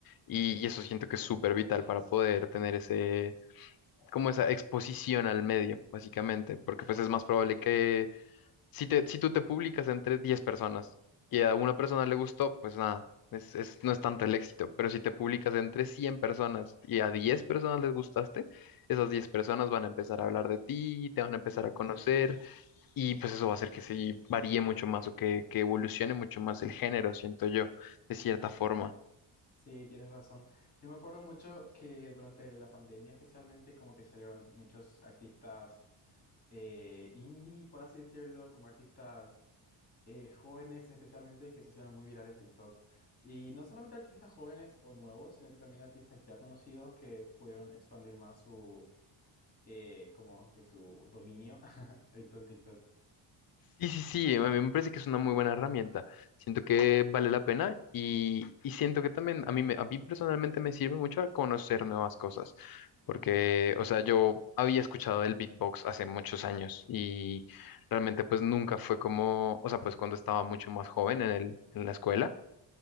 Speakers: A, on the left; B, on the left.
A: y, y eso siento que es súper vital para poder tener ese, como esa exposición al medio, básicamente, porque pues es más probable que si te, si tú te publicas entre 10 personas y a una persona le gustó, pues nada, es, es- no es tanto el éxito. Pero si te publicas entre 100 personas y a 10 personas les gustaste, esas 10 personas van a empezar a hablar de ti, te van a empezar
B: Sí,
A: a conocer
B: sí, sí.
A: y pues eso va a hacer que se varíe mucho más o que, que evolucione mucho más el género, siento yo, de cierta forma.
B: Sí, tienes razón. Yo me acuerdo mucho que durante la pandemia especialmente como que salieron muchos artistas eh, indie, por así decirlo, como artistas eh, jóvenes especialmente que se hicieron muy viral en TikTok. Y no solamente artistas jóvenes o nuevos, sino que también artistas ya conocidos que pudieron expandir más su, eh, como que su dominio <laughs> eh, con TikTok.
A: Sí, sí, sí, a mí me parece que es una muy buena herramienta. Siento que vale la pena y, y siento que también a mí, me- a mí personalmente me sirve mucho a conocer nuevas cosas. Porque,
B: Ujú,
A: o sea, yo había escuchado el beatbox hace muchos años y realmente pues nunca fue como, o sea, pues cuando estaba mucho más joven en el, en la escuela,